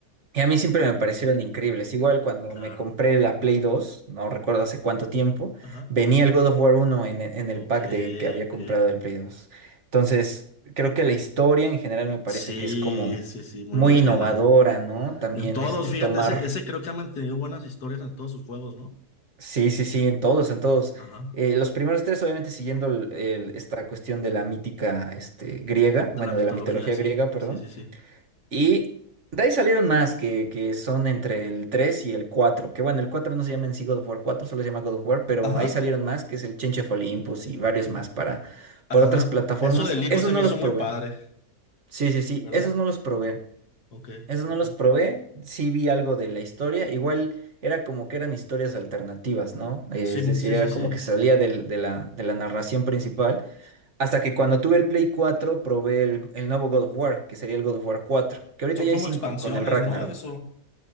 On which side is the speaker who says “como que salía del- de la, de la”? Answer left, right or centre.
Right